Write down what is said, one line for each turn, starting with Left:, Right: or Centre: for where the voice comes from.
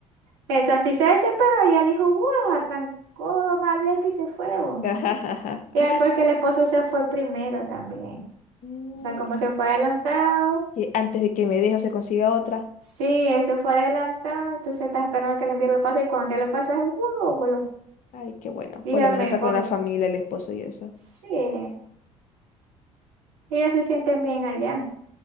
Right: Esa sí se desesperó, ella dijo, wow, arrancó maleta y se fue de una.
Left: <laughs>
Right: Y ahí porque el esposo se fue primero también.
Left: Mm,
Right: O sea, como se fue adelantado,
Left: que antes de que me deje o se consiga otra.
Right: sí, él se fue adelantado, entonces está esperando que el envío lo pase y cuando te lo pasas, wow, boludo,
Left: Ay, qué bueno.
Right: dije,
Left: Por lo menos
Right: me
Left: está
Right: voy.
Left: con la familia, el esposo y eso.
Right: Sí, ellos se sienten bien allá.